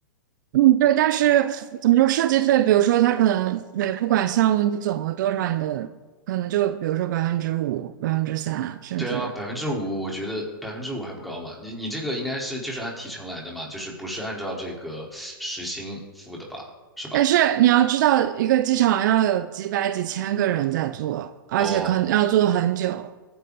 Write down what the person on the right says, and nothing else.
嗯，对，但是怎么说设计费？比如说，它可能每不管项目你总额多少，你的可能就比如说百分之五、百分之三，甚至
但是你要知道，一个机场要有几百几千个人在做，而且可能要做很久，